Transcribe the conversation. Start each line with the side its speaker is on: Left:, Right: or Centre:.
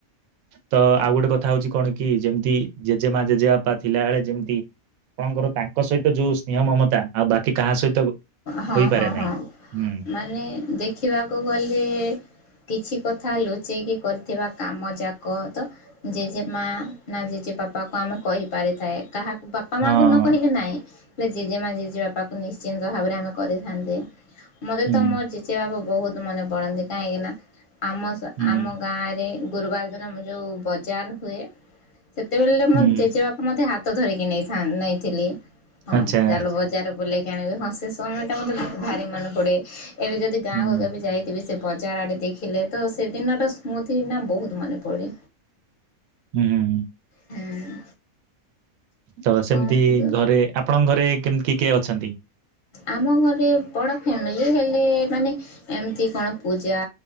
Right: ତ ଆଉ ଗୋଟେ କଥା ହଉଛି କଣ କି ଯେମିତି ଜେଜେ ମା ଜେଜେ ବାପା ଥିଲା ବଳେ ଯେମିତି ଆପଣଙ୍କର ତାଙ୍କ ସହିତ ଯୋଉ ସ୍ନେହ ମମତା ଆଉ ବାକି କାହା ସହିତ
Left: ହଁ
Right: ହୋଇପାରେ
Left: ହଁ
Right: ନାହିଁ।
Left: ହଁ
Right: ହୁଁ
Left: ମାନେ ଦେଖିବାକୁ ଗଲେ କିଛି କଥା ଲୁଚେଇକି କରିଥିବା କାମ ଯାକ ତ ଜେଜେ ମା ନା ଜେଜେ ବାପାକୁ ଆମେ କହିପାରିଥାଏ କାହାକୁ ବାପା
Right: ହଁ
Left: ମାଙ୍କୁ ନ କହିଲୁ ନାଇଁ ଜେଜେମା ଜେ ବାପାକୁ ନିଶ୍ଚିନ୍ତ ଭାବରେ ଆମେ କରିଥାନ୍ତି। ମତେ
Right: ହୁଁ
Left: ତ ମୋ ଜେଜେ ବାବୁ ବହୁତ ମନେ ପଡନ୍ତି କାହିଁକି ନା ଆମ
Right: ହୁଁ
Left: ଆମଗାଁରେ। ଗୁରୁବାର ଦିନ ମୁଁ ଯେଉଁ ବଜାର ହୁଏ। ସେତେବେଳେ ମୋ
Right: ହୁଁ
Left: ଜେଜେବାପା ମୋତେ ହାତ। ତ ଧରିକି ନେଇଥା ନେଇଥିଲି। ହଁ
Right: ଆଚ୍ଛା
Left: ତାହଲଲେ ବଜାର ବୁଲେଇକି ଆଣିବି ହଁ। ସେ ସମୟ ଟା ମତେ ଭାରି ମନେ ପଡେ। ଏବେ ଯଦି ଗାଁକୁ
Right: ହୁଁ
Left: କେବେ ଯାଇଥିବି ସେ। ବଜାର ଆଡ଼େ ଦେଖିଲେ ତ ସେଦିନରା ସ୍ମୃତି ନା ବହୁତ ମନେ ପଡ଼େ।
Right: ହୁଁ ହୁଁ।
Left: ହୁଁ।
Right: ତ ସେମତି
Left: କୁହନ୍ତୁ
Right: ଘରେ ଆପଣଙ୍କ ଘରେ କେମ କି କିଏ ଅଛନ୍ତି।
Left: ଆମ ଘରେ ବଡ ଫ୍ୟାମିଲି ହେଲେ ମାନେ ଏମିତି କଣ ପୂଜା